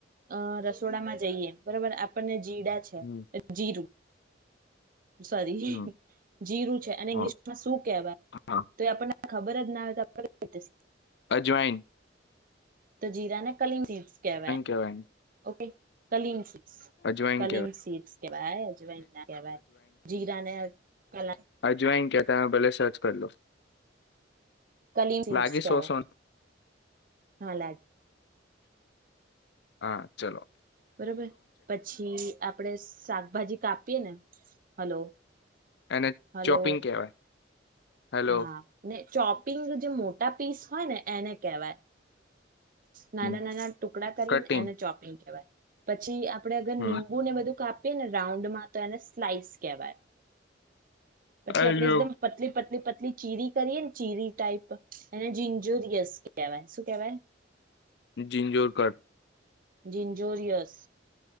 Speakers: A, on the right; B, on the left.
A: અ રસોડામાં બરોબર આપણને જીડા છે
B: હમ
A: જીરું હ સારી
B: હમ
A: જીરુ છે અને
B: હા
A: ઇંગ્લિશમાં શું કહેવાય
B: હા
A: તો એ આપને ખબર જ ના આવે તો આપ
B: અજવાૈન
A: તો જીરા નાને કલીી કેવાય
B: કહેવાય
A: ઓકે કલીંગસી
B: અજવાઈન
A: કલિંગ
B: કહેવાય
A: સિડ કેવા અજ કેવા જીરાને કલા
B: અજવાઇન તમે ભલે સર્ચ કર લો
A: કલી
B: લાગી
A: કેવા
B: સો સો
A: હા લાગે
B: હા ચલોો
A: બરોબર પ પછી આપણેે શાકભાજી કાપીએ ને હલો
B: એને
A: હલો
B: ચોપિંગ કહેવાય હેલો
A: હા ને ચોપિંગ જે મોટા પીસ હોય ને એને કેહેવાય નાના
B: હમ
A: નાના ટુકડા કરીને
B: કટિંગ
A: એને ચોપિંગ કેહેવાય પછી આપડે અગર
B: હમ
A: ીંબુને બધું કાપ રાઉન્ડમાં તો એને સ્લાઈસ કહેવાય પછી
B: આયો
A: આપડે એકદમ પતલી પતલી પ એટ ચીરી કરીએ ને ચીરી ટાઈપ જોરયસ કવાય શું કેવાય
B: જઝિંજોર કર
A: જિંજોરિયસ